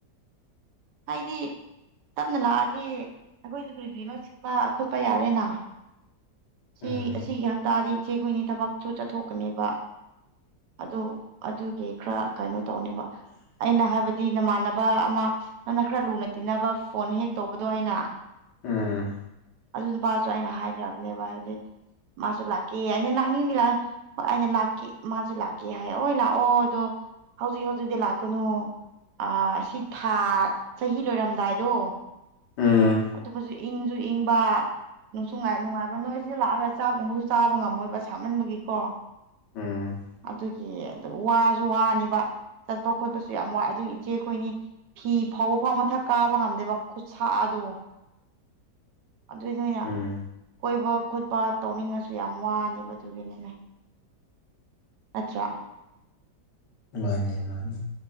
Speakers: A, on the right; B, on the left.
A: ꯍꯥꯏꯗꯤ ꯇꯞꯅ ꯂꯥꯛꯑꯗꯤ ꯑꯩꯈꯣꯏꯁꯨ ꯀꯔꯤ ꯀꯔꯤꯅꯣ ꯁꯤꯟꯕ ꯈꯣꯠꯄ ꯌꯥꯔꯦꯅ ꯁꯤ
B: ꯎꯝ
A: ꯑꯁꯤꯒꯤ ꯍꯞꯇꯥꯗꯤ ꯏꯆꯦꯈꯣꯏꯅꯤ ꯊꯕꯛꯁꯨ ꯆꯠꯊꯣꯛꯀꯅꯦꯕ ꯑꯗꯨ ꯑꯗꯨꯒꯤ ꯈꯔ ꯀꯩꯅꯣ ꯇꯧꯅꯤꯕ ꯑꯩꯅ ꯍꯥꯏꯕꯗꯤ ꯅꯃꯥꯟꯅꯕ ꯑꯃ ꯅꯪꯅ ꯈꯔ ꯂꯨꯅ ꯇꯤꯟꯅꯕ ꯐꯣꯟ ꯍꯦꯛ ꯇꯧꯕꯗꯣ ꯑꯩꯅ
B: ꯎꯝ
A: ꯑꯗꯨ ꯅꯨꯄꯥꯁꯨ ꯑꯩꯅ ꯍꯥꯏꯈ꯭ꯔꯕꯥꯅꯦꯕ ꯍꯥꯏꯕꯗꯤ ꯃꯥꯁꯨ ꯂꯥꯛꯀꯦꯌꯦ ꯑꯩꯅ ꯂꯥꯛꯅꯤꯡꯉꯥꯗꯤ ꯂꯥꯎ ꯑꯩꯅ ꯂꯥꯛꯀꯦ ꯃꯥꯁꯨ ꯂꯥꯛꯀꯦ ꯍꯥꯏꯌꯦꯕ ꯍꯣꯏ ꯂꯥꯛꯑꯣ ꯑꯗꯣ ꯍꯧꯖꯤꯛ ꯍꯧꯖꯤꯛꯇꯤ ꯂꯥꯛꯀꯅꯣ ꯑꯥ ꯑꯁꯤ ꯊꯥ ꯆꯍꯤ ꯂꯣꯏꯔꯝꯗꯥꯏꯗꯣ
B: ꯎꯝ
A: ꯑꯇꯣꯞꯄꯥꯁꯨ ꯏꯪꯁꯨ ꯏꯪꯕ ꯅꯨꯡꯁꯨ ꯅꯨꯡꯉꯥꯏꯕ ꯅꯣꯏꯁꯨ ꯂꯥꯛꯑꯒ ꯆꯥꯛꯒꯨꯝꯕꯁꯨ ꯆꯥꯕ ꯉꯝꯃꯣꯏꯕ ꯁꯥꯃꯟꯕꯒꯤꯀꯣ
B: ꯎꯝ
A: ꯑꯗꯨꯒꯤ ꯋꯥꯁꯨ ꯋꯥꯅꯤꯕ ꯆꯠꯄꯥ ꯈꯣꯠꯄꯥꯁꯨ ꯌꯥꯝ ꯋꯥꯏ ꯑꯗꯨꯏ ꯏꯆꯦ ꯈꯣꯏꯅꯤ ꯐꯤ ꯐꯧꯕ ꯐꯥꯎ ꯃꯊꯛ ꯀꯥꯕ ꯉꯝꯗꯦꯕ ꯁꯥꯗꯣ ꯑꯗꯨꯏ ꯅꯣꯢꯅ
B: ꯎꯝ
A: ꯀꯣꯏꯕ ꯈꯣꯠꯄ ꯇꯧꯅꯤꯡꯉꯥꯁꯨ ꯌꯥꯝ ꯋꯥꯅꯦꯕ ꯑꯗꯨꯒꯤꯅꯤꯅꯦ ꯅꯠꯇ꯭ꯔꯥ
B: ꯃꯥꯅꯦ ꯃꯥꯅꯦ